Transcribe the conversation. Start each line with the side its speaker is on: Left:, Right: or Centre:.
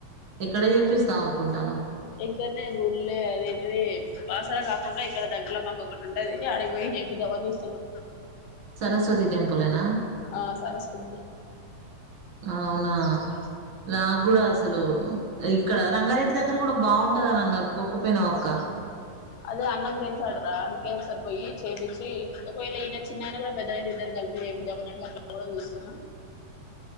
Right: ఎక్కడ చేపిస్తావ్ అనుకుంటానవ్
Left: ఇక్కడనే గుళ్లే అదేంటిది బాసర కాకుండా ఇక్కడ దగ్గరలో మాకు ఒకటి ఉంటది, అడి పోయి చేయిద్దామని చూస్తున్నా.
Right: సరస్వతి టెంపుల్ ఏనా
Left: ఆ సరస్వతి
Right: అవునా నాక్ కూడా స్ అసలు ఇక్కడ రంగారెడ్డి దగ్గర కూడా బాగుంటందని అన్నారు పోకపోయినా అక్క
Left: అదే అన్నకు తెలిసాడరా ఆడికే ఒకసారి పోయి చేపిచ్చి ఒకవేళ ఈయన చిన్న ఆయన కూడా పెద్దగయితే ఇద్దరు కలిపి చూపిద్దామని అన్నట్టు అట్ల కూడా చూస్తున్నా.